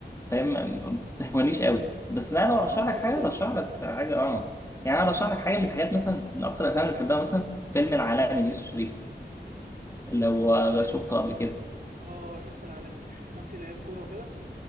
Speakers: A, on the left; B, on the right.
A: فاهم ما بتستهونيش قوي بس لا لو
B: الصراحة
A: ارشح
B: ما
A: لك
B: بفضلهاش
A: حاجه ارشح
B: فعلا
A: لك حاجه اه يعني انا ارشح لك حاجه من الحاجات مثلا من اكتر الافلام اللي بحبها مثلا فيلم العالمي ليوسف شريف اللي هو
B: العالمي
A: شفته قبل كده
B: اه شفت العالمي مش اللي كان فيه لعيب كورة وكده